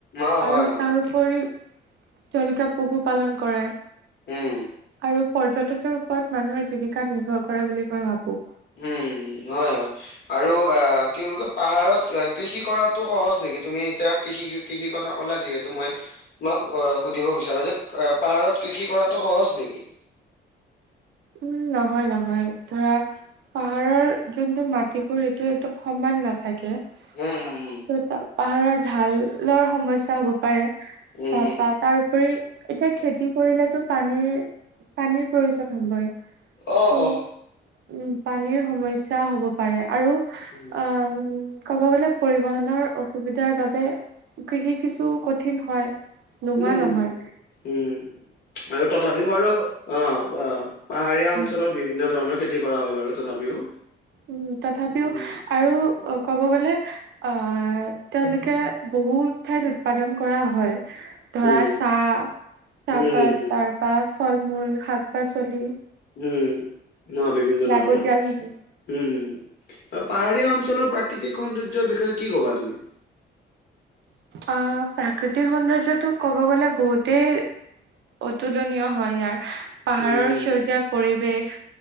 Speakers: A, on the left; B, on the right.
A: অ', হয়,
B: আৰু
A: হয়,
B: তাৰপৰি
A: হয়।
B: তেওঁলোকে পশুপালন কৰে
A: উম,
B: আৰু পৰ্যটনৰ ওপৰত মানুহৰ জীৱিকা নিৰ্ভৰ কৰে বুলি মই ভাবো।
A: উম'। উ হয় হয়, আৰু আ' কি বুলি কয় পাহাৰত কৃষি কৰাতো সহজ নেকি? তুমি এতিয়া, কৃষি কৃষি কথা কলা যিহেতু মই তোমাক অ' সুধিব বিচাৰো যে, পাহাৰত কৃষি কৰাটো সহজ নেকি?
B: উম, নহয় নহয়। ধৰা, পাহাৰৰ যোনটো মাটিবোৰ এইটো একদম সমান নাথাকে।
A: হম হম হম।
B: ত' তা পাহাৰৰ ঢালৰ সমস্যা হ'ব পাৰে,
A: উম,
B: তাৰপা
A: হুম।
B: তাৰোপৰি, এতিয়া খেতি কৰিলেতো পানীৰ পানীৰ প্ৰয়োজন হবই।
A: অ'
B: ত'
A: অ'।
B: উম, পানীৰ সমস্যা হ'ব পাৰে। আৰু আ
A: উম,
B: ক'ব গ'লে, পৰিবহনৰৰ অসুবিধাৰ বাবে কৃষি কিছু কঠিন হয়। নোহোৱা
A: উম
B: নহয়
A: উম উম, আৰু তথাপিও বাৰু। অ' অ'। পাহাৰীয়া
B: অ
A: অঞ্চলত বিভিন্ন ধৰণৰ খেতি কৰা হয় বাৰু তথাপিও।
B: উম, তথাপিও
A: উম,
B: আৰু অ' কব গ'লে আহ তেওঁলোকে বহুত ঠাইত উৎপাদন কৰা হয়। ধৰা,
A: উম,
B: চাহ-চাহপাত
A: উম, উম,
B: তাৰপা ফল-মূল শাক-পাচলি।
A: উম, বিভিন্ন
B: লাগতিয়ালখিনি
A: ধৰণৰ। হম, হম! পাহাৰীয়া অঞ্চলৰ প্ৰাকৃতিক সৌন্দৰ্যৰ বিষয়ে কি কবা তুমি?
B: আহ, প্ৰাকৃতিক সৌন্দৰ্যটো ক'ব গলে বহুতেই অতুলনীয় হয় ইয়াৰ পাহাৰৰ
A: উম, উম,
B: সেউজীয়া পৰিৱেশ